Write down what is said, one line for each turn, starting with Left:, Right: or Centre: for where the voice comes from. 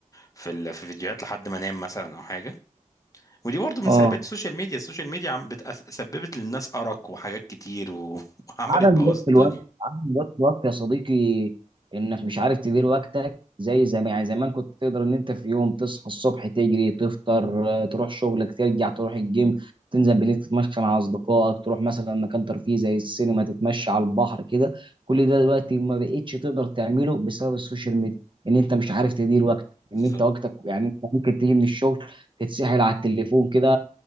Left: في ال- في فيديوهات لحد ما انام مثلا او حاجه ودي برضو من
Right: اه
Left: سلبيات السوشيال ميديا السوشيال ميديا عم بتأس- سببت للناس ارق وحاجات كتير و... <laughs> وعملت
Right: عدم
Left: بوظ
Right: ضبط
Left: الدنيا
Right: الوقت عدم ضبط الوقت يا صديقي انك مش عارف تدير وقتك زي زمان يعني زمان كنت تقدر ان انت في يوم تصحى الصبح تجري تفطر آه، تروح شغلك ترجع تروح الجيم تنزل بالليل تتمشى مع اصدقائك تروح مثلا مكان ترفيه زي السينما تتمشى على البحر كده كل ده دلوقتي ما بقتش تقدر تعمله بسبب السوشيال ميديا ان انت مش عارف تدير وقتك ان
Left: بالظبط
Right: انت وقتك يعني انت ممكن تيجي من الشغل تتسحل على التليفون كده